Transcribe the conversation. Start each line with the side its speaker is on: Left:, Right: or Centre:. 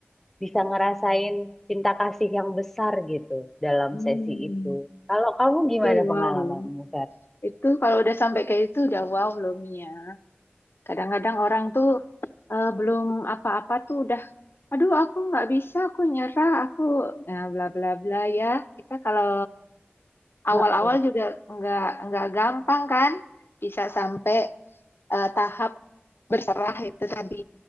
Centre: bisa ngerasain cinta kasih yang besar gitu dalam
Left: Hmm,
Centre: sesi itu. Kalau kamu
Left: itu
Centre: gimana pengalamanmu,
Left: wow loh.
Centre: Fer?
Left: Itu kalau udah sampai kayak itu udah wow loh Mia. Kadang-kadang orang tuh eh, belum apa-apa tuh udah, aduh aku nggak bisa, aku nyerah, aku nah bla bla bla ya. Kita kalau
Centre: Heeh,
Left: awal-awal juga nggak nggak gampang kan, bisa sampai eh, tahap berserah itu tadi,